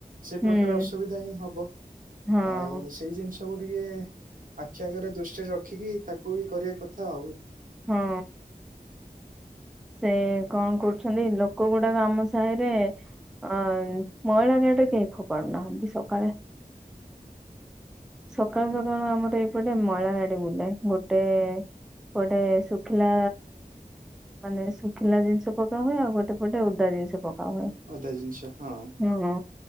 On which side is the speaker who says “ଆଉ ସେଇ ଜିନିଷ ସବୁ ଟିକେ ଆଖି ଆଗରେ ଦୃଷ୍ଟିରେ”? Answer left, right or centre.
Right